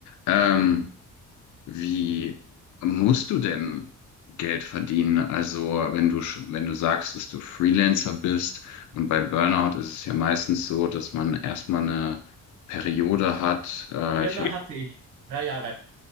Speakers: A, on the left (about 75°); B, on the right (about 80°).
A: Ähm, wie musst du denn Geld verdienen? Also, wenn du, sch- wenn du sagst, dass du Freelancer bist und bei Burnout ist es ja meistens so, dass man erstmal eine Periode hat. Äh,
B: Birner
A: ich habe,
B: hatte ich drei Jahre.